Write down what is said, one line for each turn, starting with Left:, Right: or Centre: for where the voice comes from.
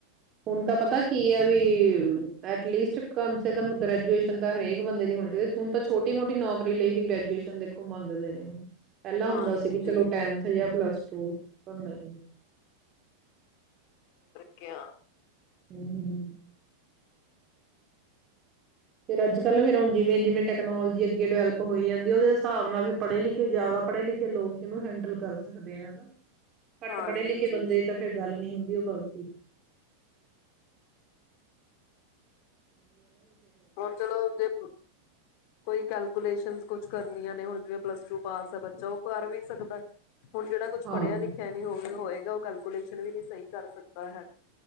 Right: ਹੁਣ ਤਾਂ ਪਤਾ ਕੀ ਹੈ ਵੀ ਵੀ ਐਟਲੀਸਟ ਕਮ ਸੇ ਕਮ ਗ੍ਰੈਜੂਏਸ਼ਨ ਤਾਂ ਹਰੇਕ ਬੰਦੇ ਦੀ ਹੋਣੀ ਚਾਹੀਦੀ ਹੁਣ ਤਾਂ ਛੋਟੀ ਮੋਟੀ ਨੌਕਰੀ ਲਈ ਵੀ ਗ੍ਰੈਜੂਏਸ਼ਨ ਦੇਖੋ ਮੰਗਦੇ ਨੇ ਪਹਿਲਾਂ
Left: ਹਾਂਜੀ
Right: ਹੁੰਦਾ ਸੀ ਵੀ ਚਲੋ ਟੈਨਥ ਜਾਂ ਪਲੱਸ ਟੂ ਪਰ ਨਹੀਂ
Left: ਕਿ
Right: ਹਮ ਫੇ ਅੱਜ ਕੱਲ ਫਿਰ ਹੁ ਜਿਵੇਂ ਜਿਵੇਂ ਟੈਕਨੋਜੀਗੇ ਡਿਵੈਲਪ ਹੋ ਜਾਂਦੀ ਉਹਦੇ ਹਿਸਾਬ ਨਾਲ ਵੀ ਪੜ੍ਹੇ ਲਿਖੇ ਜ਼ਿਆਦਾ ਪੜ੍ਹੇ ਲਿਖੇ ਲੋਕ ਇਹਨੂੰ ਹੈਂਡਲ ਕਰ ਸਕਦੇ ਆ ਹਨਾ ਘੱਟ
Left: ਹਾਂਜੀ
Right: ਪੜ੍ਹੇ ਲਿਖੇ ਬੰਦੇ ਤਾਂ ਫੇਿਰ ਗੱਲ ਨਹੀਂੀ ਹੁੰਦੀ ਵਧੀਓ ਬਲਤੀ
Left: ਹਰ ਚਲੋਦੇ ਕੋਈ ਕੈਲਕੂਲੇਸ਼ਨ ਕੋ ਕੁ ਕਰਨੀਆਂ ਨੇ ਹੁਣ ਜਿਵੇਂ ਪਲੱਸ ਟੂ ਪਾਸ ਹੈ ਬੱਚਾ ਉਹ ਕਰ ਵੀ ਸਕਦਾ ਹੁਣ ਜਿਹੜਾ ਕੁਛ
Right: ਹਾਂ
Left: ਪੜ੍ਹਿਆ ਲਿਖਿਆ ਨੀ ਹੋਵੇ ਹੋਏ ਉਹ ਕੈਲਕੂਲੇਸ਼ਨ ਵੀ ਨਹੀਂ ਸਹੀ ਕਰ ਸਕਦਾ ਹੈ